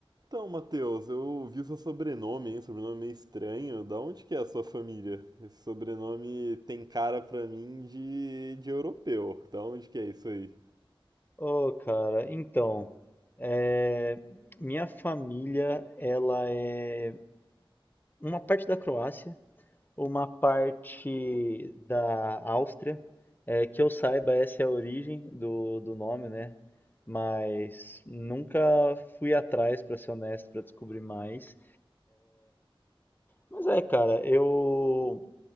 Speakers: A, on the right; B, on the left.
A: Então, Matheus, eu vi o seu sobrenome, hein? Sobrenome meio estranho. Da onde que é a sua família? Esse sobrenome tem cara pra mim de, de europeu. Da onde que é isso aí?
B: Oh, cara, então, é, minha família, ela é uma parte da Croácia, uma parte da Áustria, é, que eu saiba essa é a origem do, do nome, né? Mas nunca fui atrás, pra ser honesto, pra descobrir mais. Mas é, cara, eu